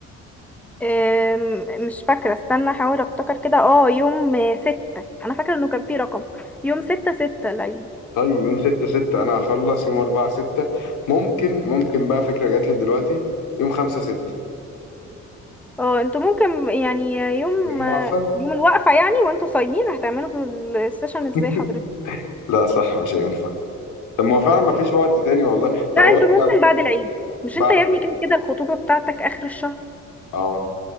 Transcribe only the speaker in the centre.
أم، مش فاكرة استنى احاول افتكر كده اه يوم ستة انا فاكرة انه كان في رقم يوم ستة ستة العيد
اه انتوا ممكن يعني يوم
يوم الوقفة يعني وانتوا صايمين هتعملوا في السيشن ازاي
حضرتك
لا انتوا
ممكن
بعد العيد مش
انت يا ابني كده كده الخطوبة بتاعتك اخر الشهر